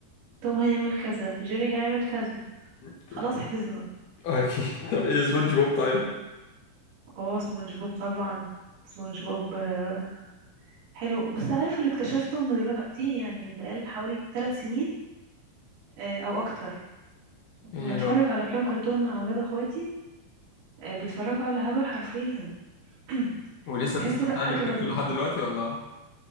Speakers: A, on the right (about 80°); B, on the left (about 65°).
A: توم هيعمل كذا جيري هيعمل كذا
B: <laughs>
A: خلاص حفظنا
B: اكيد طب ايه سبونج بوب طيب
A: اه سبونج بوب طبعا سبونج بوب آه، حلو بس عارف اللي اكتشفته ان دلوقتي يعني بقال حوالي ثلاث سنين آه، او اكتر بتفرج
B: ايه هو
A: على افلام كرتون مع اولاد اخواتي آه، بيتفرجوا على هبل حرفيا <clears throat>
B: ولسه
A: تحس
B: بتستمتع
A: لا حاجة
B: بالكرتون
A: غريبة
B: لحد دلوقتي ولا <laughs>